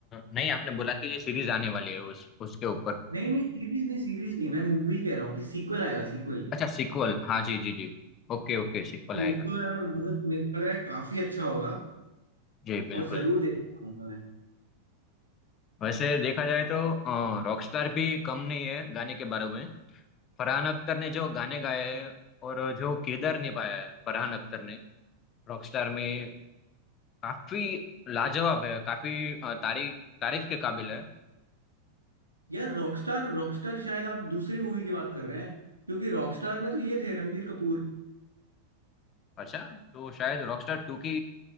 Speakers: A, on the left (about 30°); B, on the right (about 85°).
A: नहीं आपने बोला कि ये सीरीज आने वाली है उस उसके ऊपर
B: नहीं नहीं सीरीज नहीं सीरीज नहीं मैं मूवी कह रहा हूँ कि सीक्वल आएगा सीक्वल
A: अच्छा सीक्वल हाँ जी जी जी ओके ओके सीक्वल
B: तो
A: आएगा
B: वो तो यार मतलब मुझे लग रहा है काफी अच्छा होगा
A: जी बिल्कुल
B: और जरूर देखना चाहूंगा मैं
A: वैसे देखा जाए तो रॉकस्टार भी कम नहीं है गाने के बारे में फरहान अख्तर ने जो गाने गाए हैं और जो किरदार निभाया है फरहान अख्तर ने रॉकस्टार में काफी लाजवाब है काफी अ, तारीफ तारीफ के काबिल है
B: यार रॉकस्टार रॉकस्टार शायद आप दूसरी मूवी की बात कर रहे हैं क्योंकि रॉकस्टार में तो ये थे रणबीर कपूर
A: अच्छा तो शायद रॉकस्टार टू की